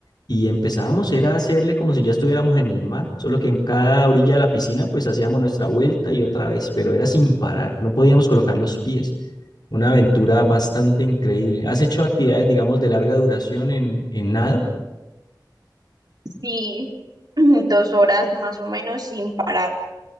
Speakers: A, on the left (about 65°); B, on the right (about 60°).
A: y empezábamos era a hacerle como si ya estuviéramos en el mar, solo que en cada orilla de la piscina pues hacíamos nuestra vuelta y otra vez, pero era sin parar, no podíamos colocar los pies. Una aventura bastante increíble. ¿Has hecho actividades, digamos, de larga duración en, en nado?
B: Sí, <clears throat> dos horas más o menos sin parar,